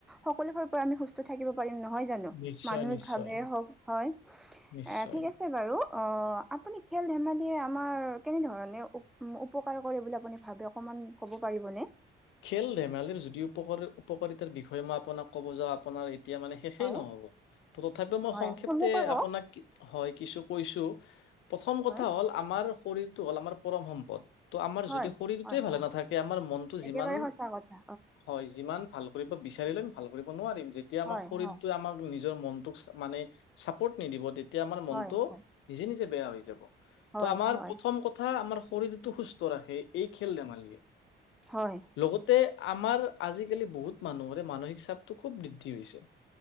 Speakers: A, in the centre; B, on the left.
A: সকলো ফালৰ পৰা আমি সুস্থ থাকিব পাৰিম নহয় জানো,
B: নিশ্চয়
A: মানসিক
B: নিশ্চয়
A: ভাৱে হওক হয়।
B: নিশ্চয়
A: অ', ঠিক আছে বাৰু অ, আপুনি খেল ধেমালি আমাৰ কেনেধৰণে উপকাৰ কৰে বুলি আপুনি ভাবে অকমান ক'ব পাৰিবনে?
B: খেল ধেমালিৰ যদি উপ উপকাৰিতাৰ বিষয়ে মই আপোনাক ক'ব যাওঁ আপোনাৰ তেতিয়া মানে শেষেই
A: হয়
B: নহব ত' তথাপিও মই
A: হয়
B: সংক্ষেপ্তে
A: চমুকৈ কওক
B: আপোনাক হয় কিছু কৈছোঁ প্ৰথম কথা
A: হয়
B: হ'ল আমাৰ শৰীৰটো হ'ল আমাৰ পৰম সম্পদ। ত' আমাৰ
A: হয়
B: যদি শৰীৰটোৱে
A: হয়
B: ভালে
A: হয়
B: নাথাকে আমাৰ মনটো
A: একেবাৰে
B: যিমান
A: সঁচা কথা
B: হয় যিমান ভাল কৰিব বিচাৰিলে আমি ভাল কৰিব নোৱাৰিম যেতিয়া
A: হয়
B: আমাক শৰীৰটোৱে
A: হয়
B: আমাক নি নিজৰ মনটোক মানে চাপৰ্ট নিদিব তেতিয়া আমাৰ মনটো
A: হয় হয়
B: নিজে নিজে বেয়া হৈ যাব।
A: হয়
B: ত' আমাৰ
A: হয়
B: প্ৰথম কথা আমাৰ শৰীৰটো সুস্থ ৰাখে এই খেল ধেমালিয়ে।
A: হয় হয়
B: লগতে আমাৰ আজিকালি বহুত মানুহৰে মানসিক চাপটো খুব বৃদ্ধি হৈছে।